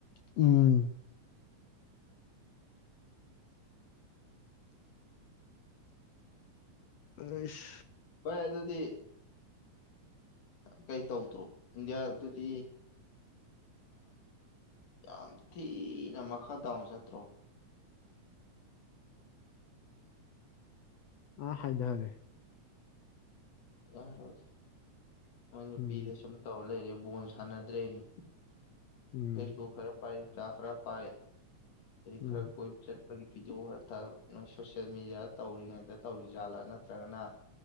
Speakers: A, on the left; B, on the left.
A: ꯎꯝ ꯑꯁ
B: ꯣꯏ ꯑꯗꯨꯗꯤ ꯀꯩ ꯇꯧꯗ꯭ꯔꯣ ꯏꯟꯗꯤꯌꯥꯗꯨꯗꯤ ꯌꯥꯝ ꯊꯤꯅ ꯃꯈꯥ ꯗꯥꯎꯟ ꯆꯠꯇ꯭ꯔꯣ
A: ꯑꯥ ꯍꯥꯏꯗꯒꯦ
B: ꯌꯥꯔꯣꯖ ꯑꯁꯝ
A: ꯎꯝ
B: ꯇꯧꯂ ꯕꯣꯜ ꯁꯥꯟꯅꯗ꯭ꯔꯦꯃꯤ
A: ꯎꯝ
B: ꯍꯦ ꯍꯣ ꯈꯔꯞ ꯄꯥꯏ ꯈ꯭ꯔ ꯄꯥꯏ ꯈꯔ
A: ꯎꯝ
B: ꯀꯣꯏ ꯆ ꯑꯩꯈꯣꯏꯒꯤ ꯚꯤꯗꯤꯑꯣ ꯈꯔ ꯅꯣꯏ ꯁꯣꯁꯤꯦꯜ ꯃꯦꯗꯤꯌꯥꯗ ꯇꯧꯔꯤꯉꯩꯗ ꯇꯧꯔꯤꯖꯥꯠꯂꯥ ꯅꯠꯇ꯭ꯔꯒꯅ